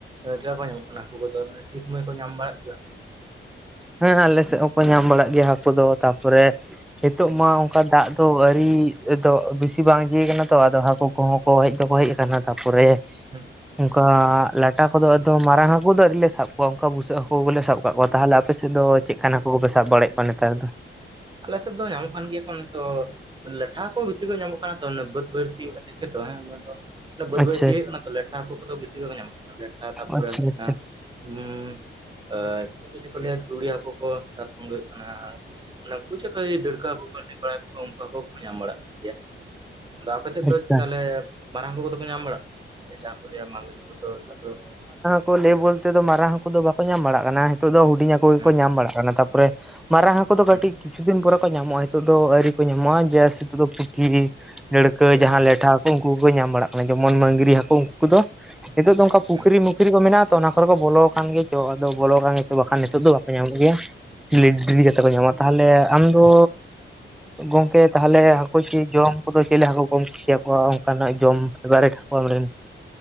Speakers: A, on the right; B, in the centre.
A: ᱟᱹ ᱪᱮᱠᱟ ᱠᱚ ᱧᱟᱢᱚᱜ ᱠᱟᱱᱟ ᱦᱟᱠᱩ ᱠᱚᱫᱚ ᱢᱟᱱᱮ ᱥᱤᱱ ᱥᱩᱢᱚᱭ ᱠᱚ ᱧᱟᱢ ᱵᱟᱲᱟᱜ ᱜᱮᱭᱟ ᱥᱮ
B: ᱦᱮᱸ ᱟᱞᱮ ᱥᱮᱜ ᱦᱚᱸᱠᱚ ᱧᱟᱢ ᱵᱟᱲᱟᱜ ᱜᱮᱭᱟ ᱦᱟᱹᱠᱳ ᱫᱚ ᱛᱟᱯᱚᱨᱮ ᱱᱤᱛᱚᱜ
A: ᱦᱩᱸ
B: ᱢᱟ ᱚᱱᱠᱟ ᱫᱟᱜᱽ ᱫᱚ ᱟᱹᱨᱤ ᱫᱚ ᱵᱤᱥᱤ ᱵᱟᱝ ᱤᱭᱟᱹᱭ ᱠᱟᱱᱟ ᱛᱚ ᱟᱫᱚ ᱦᱟᱹᱠᱳ ᱠᱚᱦᱚᱸ ᱠᱚ ᱦᱮᱡ ᱫᱚᱠᱚ ᱦᱮᱡ ᱟᱠᱟᱱᱟ ᱛᱟᱯᱚᱨᱮ
A: <inaudible>
B: ᱠᱟ ᱞᱮᱴᱟ ᱠᱚᱫᱚ
A: ᱦᱩᱸ
B: ᱟᱫᱚ ᱢᱟᱨᱟᱝ ᱦᱟᱹᱠᱩ ᱫᱚ ᱟᱹᱣᱨᱤ ᱞᱮ ᱥᱟᱵ ᱠᱚᱣᱟ ᱚᱱᱠᱟ ᱵᱩᱥᱟᱹᱜ ᱦᱟᱹᱠᱩ ᱜᱮᱞᱮ
A: ᱦᱩᱸ
B: ᱥᱟᱵᱽ ᱠᱟᱜ ᱠᱚᱣᱟ ᱛᱟᱦᱚᱞᱮ ᱟᱯ ᱯᱮᱥᱮᱫ ᱫᱚ ᱪᱮᱜᱠᱟᱱ ᱦᱟᱹᱠᱩ ᱠᱚᱯᱮ ᱥᱟᱵᱽ ᱵᱟᱲᱟᱭᱮᱫ ᱠᱚᱣᱟ ᱱᱮᱛᱟᱨ ᱫᱚ?
A: ᱟᱞᱮ ᱥᱮᱫ ᱫᱚ ᱧᱟᱢᱚᱜ ᱠᱟᱱ ᱜᱮᱭᱟ ᱠᱚ ᱱᱤᱛᱫᱚ ᱞᱮᱴᱷᱟ ᱦᱟᱠᱩ ᱵᱤᱥᱤ ᱠᱚ ᱧᱟᱢᱚᱜ ᱠᱟᱱᱟ ᱛᱚ ᱚᱱᱟ ᱵᱟᱹᱫᱽ ᱵᱟᱹᱭᱦᱟᱹᱬ ᱥᱤ ᱠᱟᱛᱮᱜ᱾ ᱛᱚ ᱦᱮᱸ ᱚᱱᱟ ᱵᱟᱹᱫᱽ
B: ᱟᱪᱪᱷᱟ
A: ᱵᱟᱹᱭᱦᱟᱹᱬ ᱥᱤ ᱦᱳᱭᱩᱜ ᱠᱟᱱᱟ ᱛᱚ ᱞᱮᱴᱷᱟ ᱦᱟᱠᱩ ᱠᱚᱫᱚ ᱵᱤᱥᱤ ᱜᱮ ᱠᱚ ᱧᱟᱢᱚᱜ ᱞᱮᱴᱟᱱ ᱛᱟ ᱯᱚᱨᱮ
B: ᱟᱪᱪᱷᱟ
A: ᱦᱤᱥ
B: ᱟᱪᱪᱷᱟ
A: ᱠᱟᱱᱟ ᱦᱮ ᱪᱮᱫ ᱠᱚᱪᱚ ᱠᱚ ᱞᱟᱹᱭᱟ ᱫᱩᱲᱤ ᱦᱟᱹᱠᱳ ᱠᱚ ᱛᱟᱨ ᱥᱚᱝᱜᱮ ᱦᱩᱭᱩᱜ ᱠᱟᱱᱟ ᱢᱟᱱᱟ ᱠᱩᱪᱮᱠᱟᱹᱭ ᱰᱟᱹᱬᱠᱟᱹ ᱦᱟᱹᱠᱩ ᱠᱚ ᱞᱟᱹᱭ ᱵᱟᱲᱟ ᱠᱚᱣᱟ ᱩᱱᱠᱩ ᱦᱟᱠᱩ ᱠᱚ ᱧᱟᱢ ᱵᱟᱲᱟᱜ ᱠᱟᱱ ᱜᱮᱭᱟ ᱟᱫᱚ ᱟᱯᱮ ᱥᱮᱫ
B: ᱟᱪᱪᱷᱟ
A: ᱫᱚ ᱪᱟᱦᱞᱮ ᱢᱟᱨᱟᱝ ᱦᱟᱹᱠᱩ ᱠᱚᱫᱚ ᱠᱚ ᱧᱟᱢ ᱵᱟᱲᱟᱜ ᱠᱟᱱᱟ ᱡᱟᱦᱟᱸ ᱠᱚ ᱞᱟᱹᱭᱟ ᱢᱟᱜᱽᱨᱤ ᱠᱚᱫᱚ ᱛᱟᱯᱚᱨᱮ ᱦᱩ
B: ᱠᱚ ᱞᱟᱹᱭ ᱵᱳᱞᱛᱮ ᱫᱚ ᱢᱟᱨᱟᱝ ᱦᱟᱹᱠᱩ ᱫᱚ ᱵᱟᱠᱚ ᱧᱟᱢ ᱵᱟᱲᱟᱜ ᱠᱟᱱᱟ ᱦᱤᱛᱚᱜ ᱫᱚ ᱦᱩᱰᱤᱧ ᱦᱟᱠᱩ
A: ᱦᱮᱸ
B: ᱜᱮᱠᱚ ᱧᱟᱢ ᱵᱟᱲᱟᱜ ᱠᱟᱱᱟ ᱛᱟᱯᱚᱨᱮ ᱢᱟᱨᱟᱝ ᱦᱟᱹᱠᱩ ᱫᱚ ᱠᱟᱹᱴᱤᱡ
A: ᱦᱮᱸ
B: ᱠᱤᱪᱷᱩ ᱫᱤᱱ ᱯᱚᱨᱮ ᱠᱚ ᱧᱟᱢᱚᱜ-ᱟ ᱦᱤᱛᱚᱜ ᱫᱚ ᱟᱹᱣᱨᱤ ᱠᱚ ᱧᱟᱢᱚᱜ-ᱟ ᱡᱟᱥ ᱦᱤᱛᱚᱜ ᱫᱚ ᱯᱩᱴᱷᱤ ᱰᱟᱹᱲᱠᱟᱹ
A: ᱦᱮᱸ
B: ᱡᱟᱦᱟ ᱞᱮᱴᱷᱟ ᱦᱟᱹᱠᱩ ᱩᱱᱠᱩ ᱠᱚᱠᱚ ᱧᱟᱢ ᱵᱟᱲᱟᱜ ᱠᱟᱱᱟ ᱡᱮᱢᱚᱱ ᱢᱟᱹᱜᱽᱨᱤ ᱦᱟᱹᱠᱩ ᱩᱱᱠᱩ ᱠᱚᱫᱚ ᱦᱤᱛᱚᱜ ᱫᱚ ᱚᱱᱠᱟ ᱯᱩᱠᱷᱨᱤ
A: ᱦᱮᱸ
B: ᱢᱩᱠᱷᱨᱤ ᱠᱚ ᱢᱮᱱᱟᱜ ᱟ ᱛᱚ ᱚᱱᱟ ᱠᱚᱨᱮ ᱠᱚ ᱵᱚᱞᱚ ᱠᱟᱱ ᱜᱮ ᱪᱚ ᱟᱫᱚ ᱵᱚᱞᱚ ᱠᱟᱱ ᱜᱮ ᱪᱚ ᱵᱟᱠᱷᱟᱱ ᱱᱤᱛᱚᱜ ᱫᱚ ᱵᱟ ᱧᱟᱢᱚᱜ ᱜᱮᱭᱟ ᱞᱤᱴ ᱰᱤᱨᱤ ᱠᱟᱛᱮ ᱠᱚ ᱧᱟᱢᱟ ᱛᱟᱦᱞᱮ ᱟᱢ ᱫᱚ ᱜᱚᱝᱠᱮ ᱛᱟᱦᱞᱮ ᱦᱟᱹᱠᱩ ᱪᱮ ᱡᱚᱢ ᱠᱚᱫᱚ ᱪᱮᱞᱮ ᱦᱟᱹᱠᱩ ᱠᱚᱢ ᱠᱩᱥᱤᱭᱟᱠᱚᱣᱟ ᱚᱱᱠᱟᱱᱟᱜ ᱡᱚᱢ ᱯᱷᱵᱟᱨᱮᱴ ᱦᱟᱠᱩ ᱟᱢᱨᱤᱱ?